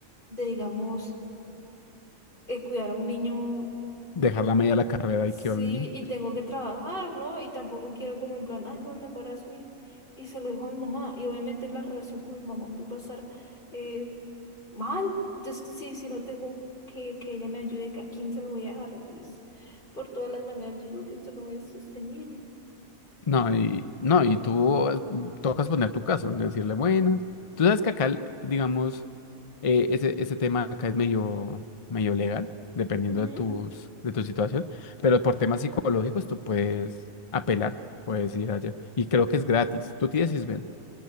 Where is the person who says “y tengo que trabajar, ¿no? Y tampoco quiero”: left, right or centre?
Left